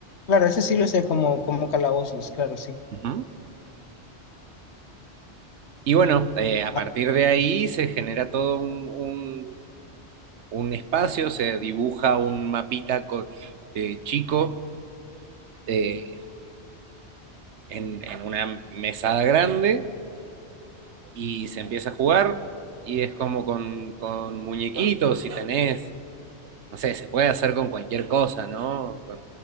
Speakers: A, on the left; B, on the right.
A: Claro, ese sí lo sé como, como Calabozos, claro, sí.
B: Ujú. y bueno, eh, a
A: Ah,
B: partir de ahí se genera todo un, un- un espacio, se dibuja un mapita co- eh, chico eh, en, en una mesada grande y se empieza a jugar y es como con, con muñequitos, si tenés, no sé, se puede hacer con cualquier cosa, ¿no? Con